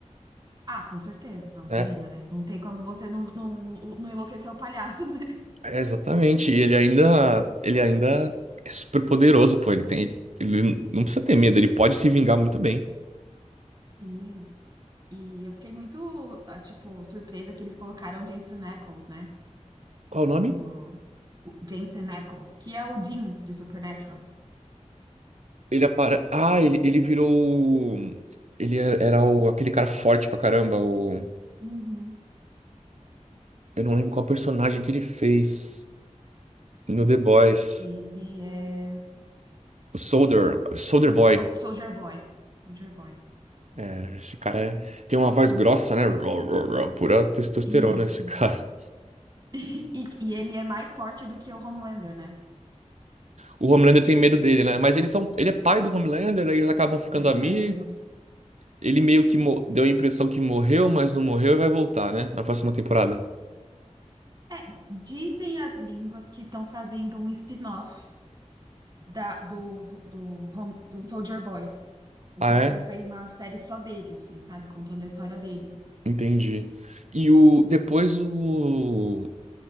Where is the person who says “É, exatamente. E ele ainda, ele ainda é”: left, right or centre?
Right